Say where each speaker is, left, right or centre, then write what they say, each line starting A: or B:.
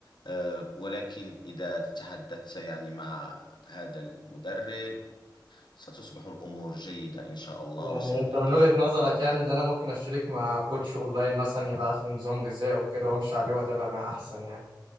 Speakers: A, on the left; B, on the right.
A: آه، ولكن إذا تحدثت يعني مع هذا المدرب ستصبح الأمور جيدة إن شاء الله
B: يعني
A: وسيعطيك
B: أنت من وجهة نظرك
A: يعني
B: يعني اللي أنا ممكن أشترك مع كوتش أونلاين مثلا يبعت لي نظام غذائي وكده وأمشي عليه وأتابع معاه أحسن يعني